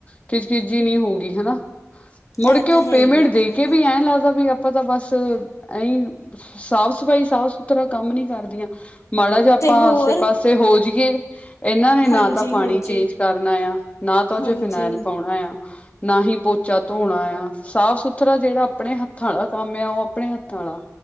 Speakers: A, on the left (about 30°); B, on the left (about 80°).
A: ਖਿੱਚ ਖਿੱਚ ਜੀ ਨੀ ਹੋਊਗੀ ਹਨਾ। ਮੁੜਕੇ
B: ਇਹ ਤਾਂ
A: ਉਹ
B: ਹੈ
A: ਪੇਮੈਂਟ
B: ਹੀ ਵੇਖੋ
A: ਦੇ ਕੇ ਵੀ ਐਂ ਲੱਗਦਾ ਵੀ ਆਪਾਂ ਤਾਂ ਬਸ ਐਈ। ਸਾਫ਼ ਸਫ਼ਾਈ, ਸਾਫ਼-ਸੁਥਰਾ ਕੰਮ ਨੀ ਕਰਦੀਆਂ ਮਾੜਾ ਜਾ ਆਪਾਂ
B: ਤੇ ਹੋਰ
A: ਆਸੇ ਪਾਸੇ। ਤੇ ਹੋ ਜੀ ਏ। ਇਹਨਾਂ ਨੇ ਨਾ
B: ਹਾਂਜੀ,
A: ਤਾਂ ਪਾਣੀ
B: ਹਾਂਜੀ,
A: ਚੇਂਜ ਕਰਨਾ ਆ, ਨਾ ਤਾਂ ਓ
B: ਹਾਂਜੀ
A: ਚ ਫਰਨੈਲ ਪਾਉਣਾ ਆ। ਨਾ ਹੀ ਪੋਚਾ ਧੋਣਾ ਆ ਸਾਫ ਸੁਥਰਾ ਜਿਹੜਾ ਆਪਣੇ ਹੱਥਾਂ ਆਲਾ ਕੰਮ ਆ ਓ ਆਪਣੇ ਹੱਥਾਂ ਆਲਾ।